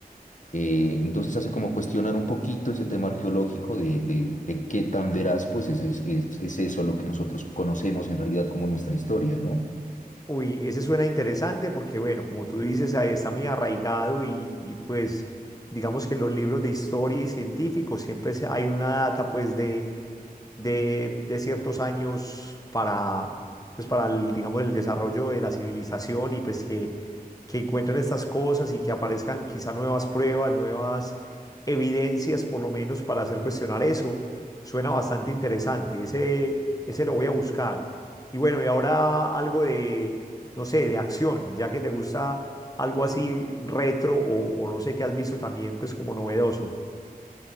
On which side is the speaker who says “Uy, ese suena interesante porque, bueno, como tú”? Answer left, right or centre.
Left